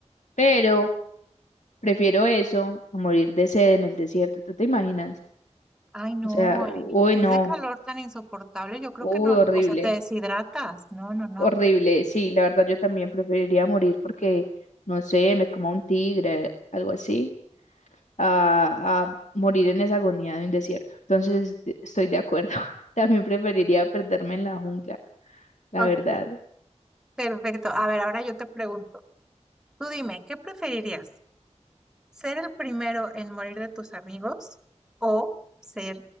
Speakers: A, on the left; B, in the centre.
A: Pero prefiero eso a morir de sed en el desierto. ¿Tú te imaginas?
B: Ay, no,
A: O sea, u-
B: y
A: uy,
B: ese
A: no.
B: calor tan insoportable, yo creo que
A: Uy,
B: no,
A: horrible.
B: o sea, te deshidratas. No, no, no.
A: Horrible. Sí, la verdad yo también preferiría morir porque, no sé, me coma un tigre, algo así, a, a morir en esa agonía de un desierto. Entonces, de- estoy de acuerdo. <laughs> También preferiría perderme en la jungla. la
B: Ok.
A: verdad.
B: Perfecto. A ver, ahora yo te pregunto, tú dime, ¿qué preferirías? ¿Ser el primero en morir de tus amigos o ser